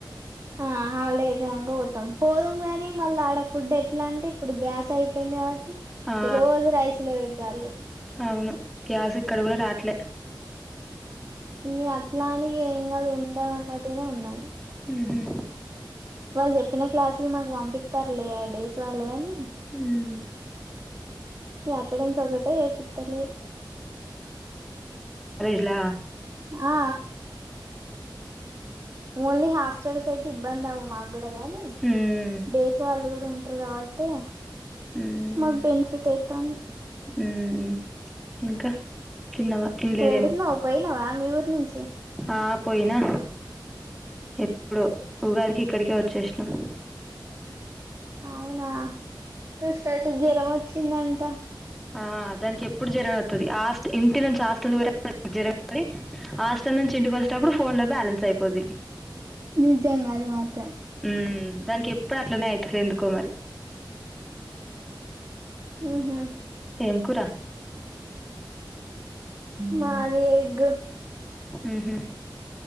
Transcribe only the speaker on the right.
ఆ హాలడే అయిపోయినంక పోతాం పోదం కాని మళ్ళీ ఆడ ఫుడ్ ఎట్లా అంటే ఇప్పుడు గ్యాస్ అయిప్ పెందే కాబట్టి
రోజ రైస్ లేట్ చల్లు
ఈ అట్లాని ఏం కాదు ఉండాం అన్నట్టునే ఉన్నాము
వాళ్ళు చెప్పిన క్లాసులు మాకు పంపి ఇస్తర్లే ఏయా డేస్ వాళ్ళుగాని
అక్కడ నుంచి ఒకటే చేపిస్తలేరు
ఆ న్లీ హాస్ హాస్టల్స్ అయితే ఇబ్బంది అవ్వు మాకు గుడా గాని
దేశ వాళ్ళు గూడా ఉన్ ఇ కాబట్టి
మగ బెనిఫిట్ యితే తం
ఏడున్నా పోయినావా మీ ఊరు నుంచి
అవునా వస జరమ్చ చిన్నంట
నిజంగా అది మాత్రం
ఉహా
మాది ఎగ్ ఉ